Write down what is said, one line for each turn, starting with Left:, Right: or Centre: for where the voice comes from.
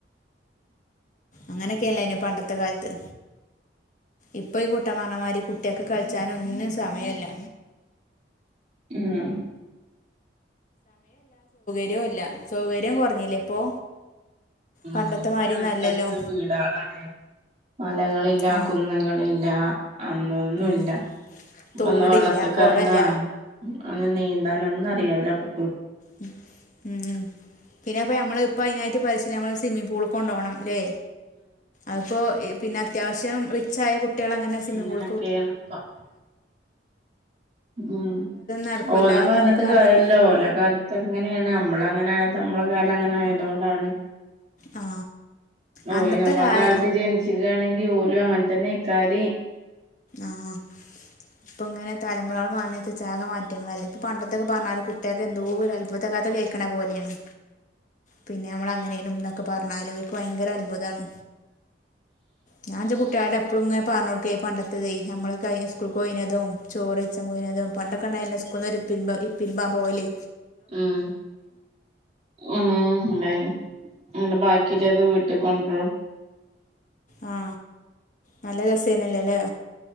Left: അങ്ങനൊക്കെയല്ലേനു പണ്ടത്തെ കാലത്ത് ഇപ്പൊ ഈ കുട്ടൻ പറഞ്ഞമാരി കുട്ടികക്ക് കളിചാനൊന്നിനും സമയില്ല
Right: ഉം
Left: യുല്ല സൗകര്യം കുറഞ്ഞില്ലേ ഇപ്പോ
Right: ഉമ്
Left: പണ്ടത്തെ മാതിരിയൊന്നും
Right: അടുത്തട്ത്ത്
Left: അല്ലല്ലോ
Right: വീടാണ് മലകളില്ല
Left: ആ
Right: കുന്നുകളില്ല അന്നൊന്നുല്ല
Left: ഉം. തോടില്ല
Right: മ് ഒന്ന് വള്ളത്ത് കെറങ്ങാ
Left: കുളമില്ല
Right: അങ്ങ് നീന്താം ഒ ഇന്നറിയാല് അപ്പേ
Left: ഉം ഉം പിന്നെ എപ്പഴ മമ്മള് ഇപ്പോ അയിനായിട്ട് <unintelligible> സ്വിമ്മിംഗ് പൂൾ കൊണ്ടോണം ല്ലേ അപ്പോ ഇപ്പ് പിന്നെ അത്യാവശ്യം റിച്ച് ആയ കു കുട്ടികള അങ്ങനെ സിമിംപൂൾ
Right: അങ്ങനൊക്കേണ് ഇപ്പം ഉം
Left: നടക്കുമല്ല
Right: ഓലെ
Left: അത്
Right: പറഞ്ഞിട്ട്
Left: നമുക്ക് നടക്കും
Right: കാര്യോല്ലല്ലോ ഓല് കാല് എങ്ങനെയാണ് നമ്മള അങ്ങനെ ആയത് നമ്മളെ കാലം അങ്ങനെ ആയതുകൊണ്ടാണ്
Left: ആ അന്നത്തെ
Right: ഓല് നമ്മള
Left: കാല
Right: കാലത്ത് ജനിച്ചുകയാണെങ്കിൽ ഓലും അങ്ങനെ <unintelligible>
Left: ആഹ് ഇപ്പൊ ഇങ്ങനെ തല നമ്മളോട് പറഞ്ഞ ചാക മാറ്റങ്ങളല്ല ഇപ്പൊ പണ്ടത്തൊക്കെ പറഞ്ഞാലും കുട്ടിക്ക് എന്തോ ഒരു അത്ഭുതകഥ കേൾക്കണ പോലെയാണ്. പിന്നെ നമ്മൾ അങ്ങനെ എന്നൊക്കെ പറഞ്ഞാലും ഓൽക്ക് ഭയങ്കര അത്ഭുതമാണ് <unintelligible> പ്പോളങ്ങും പറഞ്ഞോടുക്കയ പണ്ട നമ്മൾ കഴി സ്കൂളിൽക്ക് പോയിനതും ചോറ്കയിച്ചാൻ പോയിനതും പണ്ടൊക്കെണ്ട എല്ലാം സ്കൂള നി ഒരു പിൻ പിൻമ്പ പോകല്
Right: ഉം ഉം ണ്ടായിനി ബാക്കി ക്കിലത് വീട്ട കൊണ്ടും
Left: ആ നല്ല രസേന്നല്ലോല്ലേ